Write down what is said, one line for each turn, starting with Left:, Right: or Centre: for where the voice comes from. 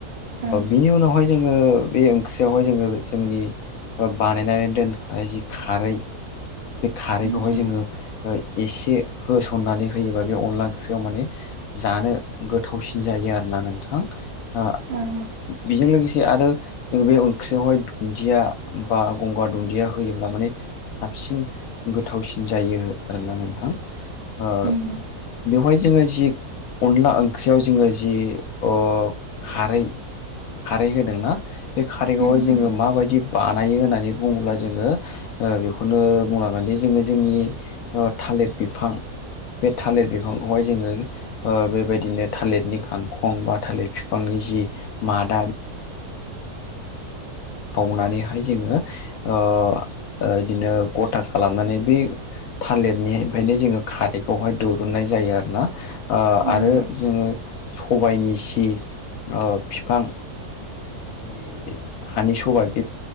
Right: ओं
Left: बिनि उनावहाय जोङो बे ओं ओख्रियावहाय जोङो जोंनि ओ बानायनानै दोनखानाय जि खारै बे खारैखौहाय
Right: उम उम
Left: जोङो ओ एसे होसननानै होयोबा बे अनला ओंख्रियाव माने जानो गोथावसिन जायो आरोना नोंथां ओ
Right: ओं
Left: बेजों लोगोसे आरो जों बे ओंख्रियावहाय दुन्दिया बा गंगार दुन्दिया होयोब्ला माने साबसिन गोथावसिन जायो आरोना नोंथां ओ
Right: उम
Left: बेवहाय जोङो जि अनला ओंख्रियाव जोङो जि ओ खारै खारै होदोंना बे खारिखौहाय
Right: उम
Left: जोङो माबायदि बानायो होननानै बुङोब्ला जोङो ओ बेखौनो बुंना गोनदि जोङो ओ जोंनि थालिर बिफां बे थालिर बिफांखौहाय जोङो ओ बेबायदिनो थालिरनि गांखं बा थालिर बिफांनि जि मादा हाखावनानैहाय जोङो ओ बिदिनो गथा खालामनानै बे थालिरनि ओमफ्रायनो जोङो खारखौहाय दिरुननाय जायो आरो ना ओ
Right: उम ओं
Left: आरो जोङो सबायनि जि ओ फिफां जि हानि सबाइ बे